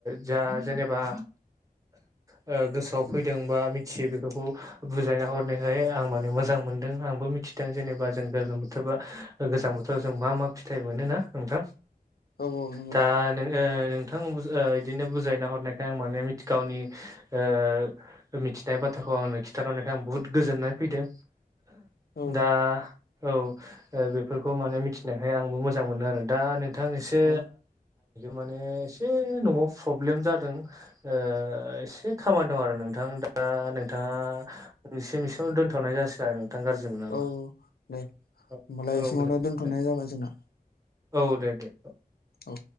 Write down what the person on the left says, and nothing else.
औ औ नंगौ
औ
औ
औ दे होनोमबालाय
बे समावनो
दोनथ'नाय
जाबाय जोंना।
औ।